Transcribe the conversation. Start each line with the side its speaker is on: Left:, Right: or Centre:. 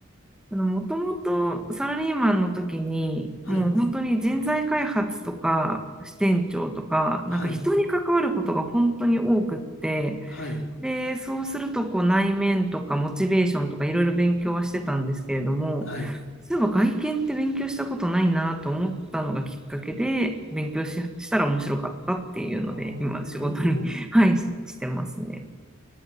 Centre: もともとサラリーマンの時に、
Left: はい、
Centre: もう本当に人材開発とか支店長とか、なんか人に関わることが本当に多くって、
Left: はい、はい、
Centre: で、そうするとこう内面とかモチベーションとかいろいろ勉強はしてたんですけれども、
Left: はい。
Centre: そういえば外見って勉強したことないなと思ったのがきっかけで、勉強し、したら面白かったっていうので、
Left: ああ、
Centre: 今仕事に
Left: なるほど。
Centre: <laughs> はい、ししてますね。